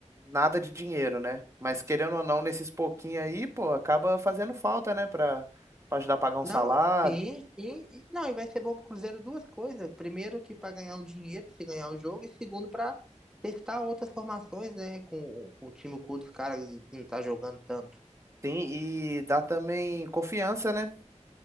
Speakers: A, on the right (about 25°); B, in the centre.
A: nada de dinheiro, né? Mas querendo ou não, nesses pouquinhos aí, pô, acaba fazendo falta, né? Pra, pra ajudar a pagar um
B: Não,
A: salário.
B: sim, sim. e- Não, e vai ser bom pro Cruzeiro duas coisas. Primeiro, que para ganhar um dinheiro, se ganhar o jogo, e segundo, para testar outras formações, né? Com, com o time com outros caras que não tá jogando tanto.
A: Sim, e dá também confiança, né?